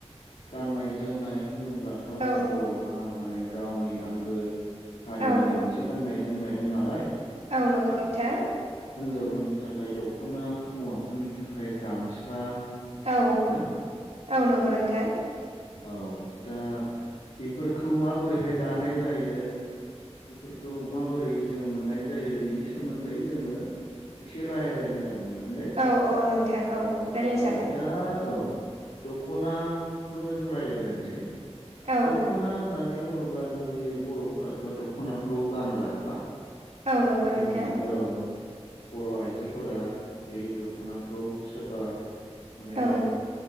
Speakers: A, on the left; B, on the right.
A: गाननाय जोमनाय होनोब्लाथ'
B: औ
A: जों बर'हा माने गावनि आंगो हारिनिनो
B: औ
A: मोनसे गाननाय जोमनाय दं नालाय
B: औ नंगौ नोंथां
A: होनजावफोरनि थाखाय दख'ना हौवाफोरनि थाखाय गामसा
B: औ
A: ना
B: औ नंगौ नोंथां
A: औ दा बेफोरखौ माबोरैहाय दानाय जायो बेफोरखौ माबोरै जोङो मोननाय जायो बेनि सोमोन्दै जोङो एसे रायरायनि आरो नोंथां दे
B: औ औ नोंथां औ रायलायजागोन
A: औ दा औ दख'नाखौनो जों राय्लायग्रोसै
B: औ
A: दख'ना होननानै बुङोब्ला गुबैयै बर'फोराथ' दख'नाखौ गानग्राखा
B: औ नंगौ
A: जोंनि
B: नोंथां
A: औ औ बर' आइजोफोरा बे दख'नाखौ सोरबा माने
B: औ